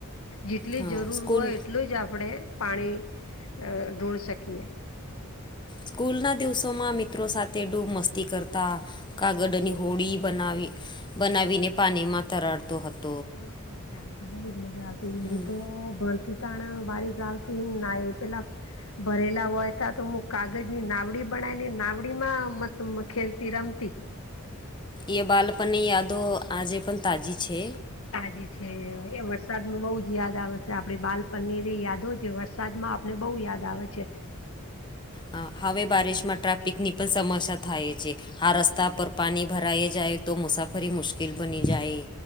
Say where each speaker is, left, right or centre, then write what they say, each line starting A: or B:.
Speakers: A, on the left; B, on the left.
A: જેટલી
B: હા
A: જરૂર
B: સ્કૂલ
A: હોય એટલું જ આપડે પાણી અ ઢોળ શકીએ.
B: સ્કૂલના દિવસોમાં મિત્રો સાથે ડૂબ મસ્તી કરતા. કાગડની હોળી બનાવી બનાવીને પાણીમાં તરાડતો હત
A: બહુ જ મજા આવતી બહુ જ મજા આવતી મુું
B: હમ
A: તો ભલ્ક પણ બારીશ આવતી ના પેલા ભરેલા હોય તા તો કાગજ ની નાવડી બનાવી ને નાવડી માં મત ખેલતી રમતી.
B: એ બાલપની યાદો આજે પણ તાજી છે.
A: તાજી છે એ વરસાદમાં બહુ જ યાદ આવે. આપડી બાલ પનીર યાદો જે વરસાદ માં આપને બહુ યાદ આવે છે.
B: હા હવે બારિશમાં ટ્રાફિકની પણ સમસ્યા થાય છે આ રસ્તા પર પાની ભરાઈ જાય તો મુસાફરી મુશ્કેલ બની જાય.